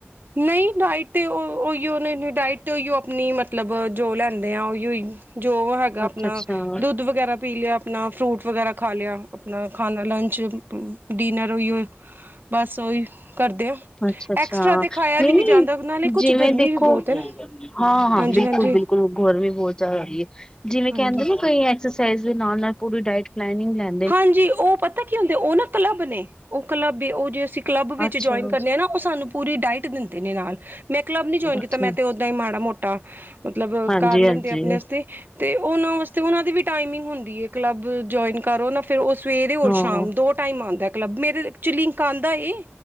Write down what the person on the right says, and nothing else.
ਨਹੀਂ ਡਾਇਟ ਤੇ ਉਹੀਓ ਨੇ ਡਾਇਟ ਤੇ ਉਹੀਓ ਅਪਣੀ ਮਤਲਬ ਜੋ ਲੈਂਦੇ ਉਹੀ ਉਹੀ ਜੋ ਹੈਗਾ
ਅਪਣਾ
ਦੁੱਧ ਵਗੈਰਾ ਪੀ ਲਿਆ ਆਪਣਾ ਫਰੂਟ ਵਗੈਰਾ ਖਾ ਲਿਆ। ਆਪਣਾ ਖਾਣਾ ਲੰਚ ਡਿਨਰ ਓਹੇ, ਬਸ ਉਹੀ ਕਰਦੇ।
ਐਕਸਟਰਾ ਤੇ ਖਾਇਆ
ਵੀ ਨਹੀਂ ਜਾਂਦਾ ਨਾਲੇ
ਕੁਛ ਗਰਮੀ
ਵੀ ਬਹੁਤ ਹੈ
ਨਾ
ਹਾਂਜੀ-ਹਾਂਜੀ,
ਹਾਂਜੀ।
ਹਾਂਜੀ
ਹਾਂਜੀ ਉਹ ਪਤਾ ਕੀ ਹੁੰਦੇ, ਉਹ ਨਾ ਕਲੱਬ ਨੇ ਉਹ ਕਲੱਬ, ਉਹ ਜੇ ਅਸੀਂ ਕਲੱਬ ਵਿੱਚ
ਜੁਆਇੰਨ ਕਰਦੇ ਹਾਂ ਨਾ, ਉਹ ਸਾਨੂੰ ਪੂਰੀ ਡਾਇਟ ਦਿੰਦੇ ਨੇ ਨਾਲ ਮੈਂ ਕਲੱਬ ਨੀ ਜੁਆਇੰਨ ਕੀਤਾ,
ਮੈਂ ਤੇ ਓਦਾਂ ਹੀ ਮਾੜਾ ਮੋਟਾ, ਮਤਲਬ
ਕਰ
ਲੈਂਦੇ ਆਪਣੇ ਵਸਤੇ ਤੇ ਉਹਨਾਂ ਵਾਸਤੇ ਉਹਨਾਂ ਦੀ ਵੀ ਟਾਈਮਿੰਗ ਹੁੰਦੀ ਹੈ ਕਲੱਬ ਜੁਆਇਨ ਕਰੋ ਨਾ ਫਿਰ ਉਹ ਸਵੇਰੇ ਹੋਰ
ਸ਼ਾਮ ਦੋ ਟਾਈਮ ਆਉਂਦਾ ਕਲੱਬ, ਮੇਰੇ 'ਚ ਲਿੰਕ ਆਉਂਦਾ ਏ